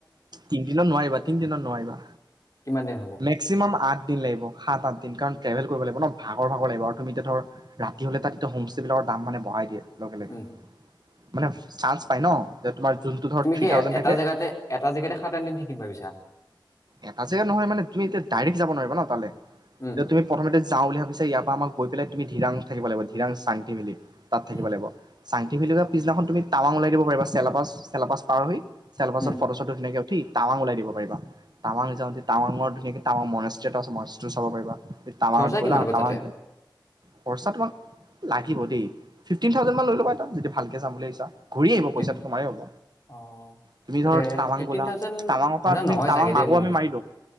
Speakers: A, on the right; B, on the left.
A: তিনদিনত নোৱাৰিবা তিনদিনত নোৱাৰিবা
B: কিমান দিন হ'ব?
A: মেক্সিমাম আঠা দিন লাগিব সাত আঠদিন কাৰণ ট্ৰেভেল কৰিব লাগিব ন ভাগৰ ভাগৰ লাগিব আৰু তুমি এতিয়া ধৰ ৰাতি হ'লে তাত কিন্তু হোমষ্টেবিলাকৰ দাম মানে বঢ়াই দিয়ে। লগে লগে
B: উম,
A: মানে চান্স পাই ন, যে তোমাৰ যোনটো ধৰ
B: তুমি
A: থ্ৰী
B: কি
A: থাউজেণ্ড
B: এটা
A: থাকে
B: জেগাতে, এটা জেগাতে সাত, আঠ দিন থাকিম ভাবিছা?
A: এটা জেগা নহয় মানে তুমি এতিয়া ডাইৰেক্ট যাব নোৱাৰিবা ন তালে।
B: উম,
A: এতিয়া তুমি প্ৰথমতে যাওঁ বুলি ভাবিছা ইয়াপা মাক গৈ পেলাই তুমি ধিৰাঙত থাকিব লাগিব। ধিৰাং চাং ভেলি। তাত থাকিব
B: উম।
A: লাগিব। চাংটি ভেলীপা পিছদিনা তুমি টাৱাং ওলাই দিব পাৰিবা। চেলাপাচ-চেলাপাচ পাৰ হৈ চেলাপাচত
B: উম,
A: ফটো-চটো ধুনীয়াকে ঠি টাৱাং ওলাই দিব পাৰিবা। টাৱাং যাওঁতে টাৱাংৰ ধুনীয়াকৈ টাৱাং মনেষ্টি এটা মনেষ্টি চাব পাৰা। টাৱাঙত
B: খৰচা
A: গ'লা
B: কিমান হ'ব
A: টাৱাং
B: তাতে?
A: খৰচা তোমাক লাগিব দেই। ফিফটিন থাউজেন মান লৈ লবা এটা, যদি ভালকে যাম বুলি ভাবিছা। ঘূৰি আহিব
B: ফিফটিন
A: পইচাটো
B: থাউজেণ্ড
A: তোমাৰে হব।
B: অ'।
A: তুমি
B: তাতে
A: ধৰ টাৱাং
B: ফিফটিন
A: গলা,
B: থাউজেণ্ড
A: টাৱাঙৰ
B: খৰচা
A: পৰা তুমি
B: নহয়
A: টাৱাং
B: চাগে
A: মা
B: দেই
A: আকৌ
B: মোৰ মতে।
A: আমি মাৰি লওঁ।